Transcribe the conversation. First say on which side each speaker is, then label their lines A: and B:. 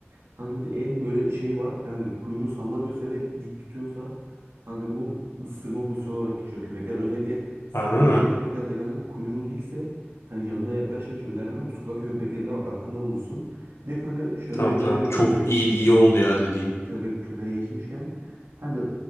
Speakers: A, on the right; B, on the left.
A: Hangi bir de en böyle şey var. Yani kuyruğu sallamıyorsa ve dik tutuyorsa hangi bu ısırma pozisyonu olarak geçiyor köpekler. Özellikle saldırgan
B: Harbi mi?
A: köpeklerde kanka kuyruğu dikse hani yanına yaklaşmak hiç önermem. Bu sokak köpeklerine bak aklında bulunsun. Bir de kanka şöyle
B: Tamam
A: bir öneri
B: tamam.
A: de vereyim.
B: Çok
A: Köpek
B: iyi
A: dik-
B: iyi
A: köpek
B: oldu ya dediğin.
A: köpek köpeğe geçmişken kanka